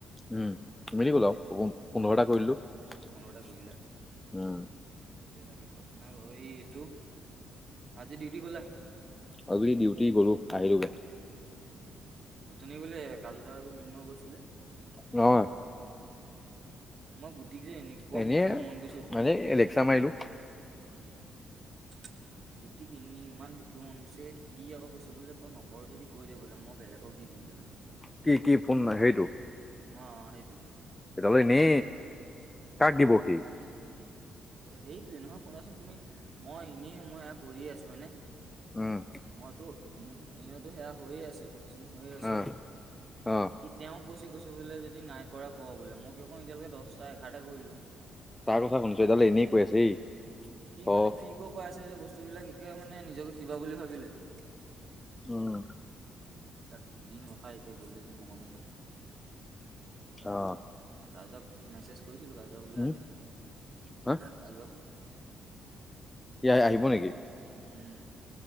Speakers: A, on the left; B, on the right.
A: উম মিলি গল আৰু পোন্ধৰটা কৰিলো উম।
B: পোন্ধৰটা কৰি দিলা। এতিয়া তাক কি কথা নাই বাৰ এই এইটো আজি ডিউটি গলা?
A: আজি ডিউটি গ'লো আহিলো গে।
B: উম, উঠনি বোলে কাজুদা আৰু মৃন্ময়ো গৈছিলে?
A: নহয়।
B: মই গুটিক যে এনেকুৱা
A: এনেই
B: বকিব মন গৈছে উঠনি
A: মানে লেকচাৰ মাৰিলো
B: উম। <inaudible> গোটেই কিনি ইমান বকিব মন গৈছে। সি আকৌ কৈছে বোলে তই নকৰ যদি কৈ দে বোলে মই বেলেগক দি দিম বোলে।
A: কি কি ফোন সেইটো।
B: অ', সেইটো।
A: এইদালৰ এনে কাক দিব সি?
B: সেইটোৱে নহয় শুনাচোন তুমি মই এনেই মই এয়া কৰিয়ে আছোঁ হয়নে?
A: উম।
B: মইতো উম এনেতো সেয়া হৈয়ে আছে প্ৰচেচিং হৈয়ে আছে।
A: অ অ
B: তেওঁ কৈছে কৈছে বোলে যদি নাই কৰা ক বোলে। মই দেখোন এতিয়ালৈকে দহটা এঘাৰটা কৰিলো।
A: তাৰ কথা শুনিছ
B: এক-
A: এডাল এনেই কৈ আছে এ।
B: সি মানে ফ্ৰীকো পাই আছে যে বস্তুবিলাক একে মানে নিজকে কিবা বুলি ভাবি লৈছে।
A: উম।
B: উম তাক দিম ৰখা এতিয়া গ'লে দিম অকণমান পাছত।
A: আহ,
B: কাজক মেছেজ কৰিছিলো কাজক বোলে
A: উম,
B: আহিব।
A: হা
B: কাজক
A: সি আহ আহিব নেকি?
B: উম।